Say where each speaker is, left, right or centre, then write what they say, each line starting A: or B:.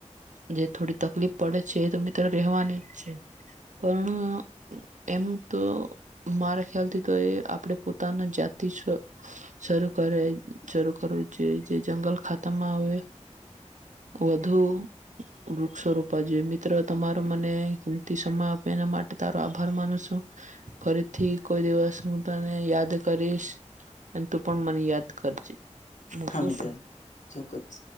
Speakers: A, on the right; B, on the left.
A: જે થોડી તકલીફ પડે છે એ તો મિત્ર રહેવાની જ છે પણ એમ તો મારા ખ્યાલથી તો એ આપણે પોતાના જાતિ શરૂ કરે શરૂ કરવું જોઈએ જે જંગલ ખાતામાં આવે વધુ વૃક્ષરૂપા જોઈએ મિત્રો તમારો મને કિંમતી સમય આપે એના માટે તારો આભાર માનું છું ફરીથી કોઈ દિવસ હું તને યાદ કરીશ અને તું પણ મને યાદ કરજે મૂકું
B: હા મિત્ર
A: છું.
B: ચોક્કસ